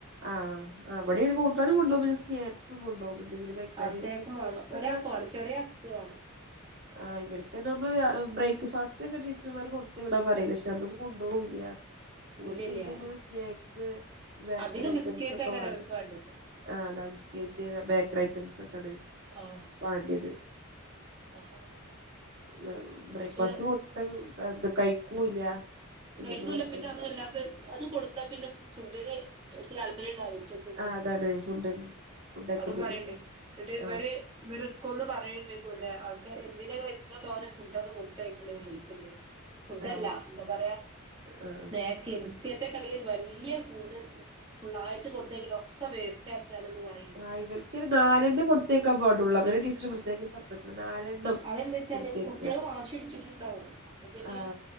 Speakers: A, on the right; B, on the right.
A: ആഹ് അവിടെയൊരു കൂട്ടാനും കൊണ്ടോവും പിന്നെ സ്നാക്സും കൊണ്ടോവും. എന്തെങ്കിലും കഴിക്കാന്
B: ആഹ്
A: പിന്നെ
B: സ്നേക്കും
A: സ്‌നേക്‌സെന്നെ
B: വേണം ഒരാൾക്ക് വേണം ചെറിയ ആൾക്ക് വേണം
A: ആഹ് ഇവർക്ക് നമ്മള് ആഹ് ബ്രേക്ക്ഫാസ്റ്റ് ഒക്കെ ടീച്ചർമാര് കൊടുത്ത് വിടാൻ പറയല് പക്ഷെ അതൊന്നു കൊണ്ടുപോകൂല്ല. ഓൽക്ക്
B: ഇല്ലില്ല
A: എന്തെങ്കിലും സ്നാക്സ് ബേക്കറി
B: അധികം
A: ഐറ്റംസ്
B: ബിസ്ക്കറ്റ്
A: ഒക്കെ
B: ആക്കാരം
A: വേണം.
B: അവർക്ക് വേണ്ടത്
A: ആഹ് അതാ ബിസ്കേറ്റ് ബേക്കറി ഐറ്റംസ് ഒക്കാണ്.
B: ആഹ്.
A: വാണ്ടിത്.
B: ആഹ്
A: ബേ ബ്രേക്ക്ഫാസ്റ്റ്
B: പക്ഷെ
A: കൊട്ത് ത്ത കഴിക്കൂല്ല. പിന്നെ
B: കഴിക്കൂല്ല
A: വെറുതെ
B: പിന്നെ അതുവല്ലാ അത് അത് കൊടുത്താ പിന്നെ ഫുഡിന് അവർക്ക് താല്പര്യം ഉണ്ടാവും
A: ആ അതാണ് ഫുഡ് ഫുഡൊക്കെ
B: അതും
A: പിന്നെ
B: പറയിണ്ട് ന്നട്ട് ഇവര്
A: ആ
B: ഇവരുസ്‌കൂളിന്ന് പറയിണ്ട് ആൾക്ക് എന്തിനാ ങ്ങള് ഇത്ര തോന്നെ ഫുഡ് ഒക്കെ കൊടുത്തയക്കണ് വൈറ്റെല്ലേ ഫുഡല്ല
A: ആ
B: എന്താ പറയാ
A: ആ
B: സ്നാക്ക് ബിസ്‌ ക്കേറ്റൊക്കാണങ്കി വലിയ കൂട് ഫുള്ളായിട്ട് കൊടുത്തേക്കണൊക്കെ വേസ്റ്റ് ആക്കാണന്ന് പറഞ്ഞ
A: ആഹ് ഇവർക്കൊരു നാലെണ്ണം കൊടുത്തേക്കാ പാടുള്ളൂ അവരെ ടീച്ചർ പ്രത്യേകം പറഞ്ഞിക്ന്ന് നാലെണ്ണം.
B: അത് എന്താ വച്ചാല്
A: കൊടുത്തേക്ക
B: കുട്ടികൾ വാശി പിടിച്ചിട്ടുണ്ടാവും അപ്പൊ പിന്നെ
A: ആ